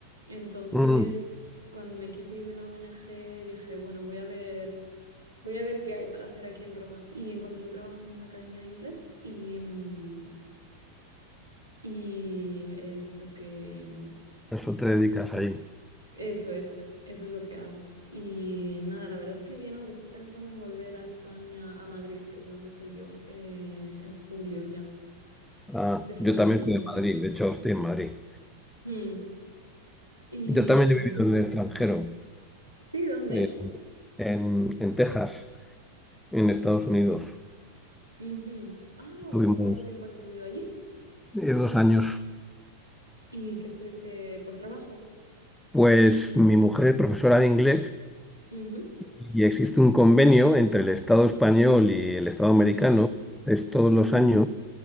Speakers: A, on the right (about 85°); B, in the centre.
A: Entonces,
B: Mm,
A: cuando me quise ir de la ONG, dije, bueno, voy a ver. Voy a ver qué hay para hacer aquí en Roma. Y encontré un trabajo en una academia de inglés y, mm, y es lo que...
B: eso te dedicas ahí.
A: Eso es, eso es lo que hago. Y nada, la verdad es que bien, aunque estoy pensando en volver a España, a Madrid, que es de donde soy yo, eh, en julio ya,
B: Ah,
A: definitivamente.
B: yo también soy de Madrid, de hecho estoy en Madrid.
A: Hmm. Y
B: Yo también he
A: mm,
B: vivido en el extranjero,
A: sí, ¿dónde?
B: eh, en, en Texas, en Estados Unidos.
A: Ujú. Ah,
B: Estuvimos
A: ¿cuánto tiempo has vivido allí?
B: Eh, dos años.
A: ¿Y que estuviste por trabajo?
B: Pues mi mujer es profesora de inglés
A: Ujú,
B: y existe un convenio entre el Estado español y el Estado americano.
A: ujú,
B: Entonces, todos
A: ujú,
B: los años